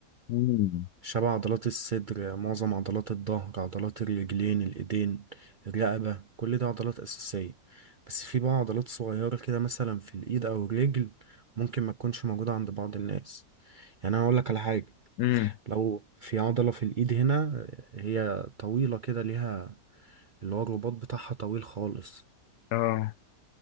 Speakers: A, on the left; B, on the right.
A: امم
B: شبه عضلات الصدر معظم عضلات الظهر عضلات الرجلين الإيدين الرقبة كل ده عضلات أساسية بس في بقى عضلات صغيرة كده مثلا في الإيد أو الرجل ممكن ما تكونش موجودة عند بعض الناس يعني أنا أقول لك على حاجة
A: امم
B: لو في عضلة في الإيد هنا هي طويلة كده ليها اللي هو الرباط بتاعها طويل خالص
A: اه